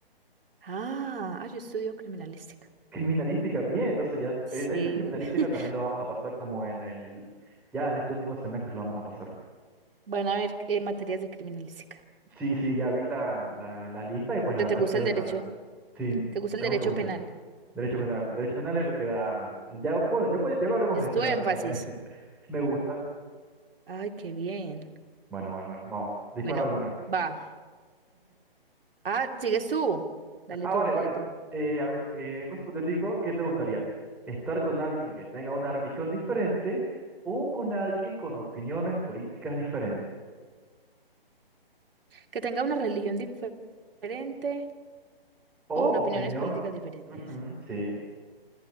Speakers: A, on the right; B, in the centre.
A: Ah, ah, yo estudio criminalística.
B: Criminalística, bien, entonces ya,
A: Sí.
B: eh, de hecho criminalística
A: <laughs>
B: también lo vamos a pasar como en el, ya en este último semestre lo vamos a pasar.
A: Van a ver eh, materias de criminalística.
B: Sí, sí, ya vi la, la, la lista y pues la
A: ¿Pero
B: verdad
A: te gusta
B: es que es
A: el
B: bastante,
A: derecho?
B: sí,
A: ¿Te gusta el
B: me
A: derecho
B: gustó mucho.
A: penal?
B: Derecho penal, derecho penal es lo que da, ya, bueno, ya, pues- ya lo haremos
A: Es
B: de eso
A: tu
B: la
A: énfasis.
B: verdad también. <laughs> Me gusta.
A: Ay, qué bien.
B: Bueno, bueno, bueno, vamos, dispara
A: Bueno,
B: alguna.
A: va. Ah, sigues tú. Dale
B: Ah,
A: tú,
B: vale,
A: dale
B: vale.
A: tú.
B: Eh, a ver, eh, en caso hipotético, ¿qué te gustaría? ¿Estar con alguien que tenga una religión diferente o con alguien con opiniones políticas diferentes?
A: Que tenga una religión dife- diferente
B: ¿O
A: o
B: opinión?
A: opiniones políticas diferentes.
B: Ujú, sí.